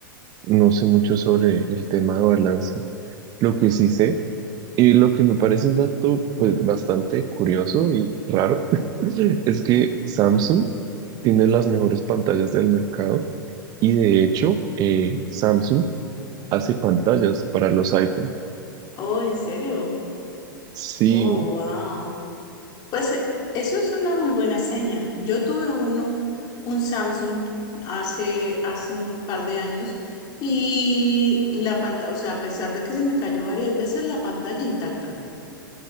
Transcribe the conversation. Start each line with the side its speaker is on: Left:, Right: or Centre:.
Right: No sé mucho sobre el tema de balance. Lo que sí sé y lo que me parece un dato pues bastante curioso y raro <laughs> es que Samsung tiene las mejores pantallas del mercado y de hecho eh, Samsung hace pantallas para los iPhone.
Left: Oh, ¿en serio?
Right: Sí,
Left: Oh, wow. Pues eh, eso es una muy buena seña. Yo tuve uno, un Samsung hace, hace un par de años y la pantalla, o sea, a pesar de que se me cayó varias veces, la pantalla intacta.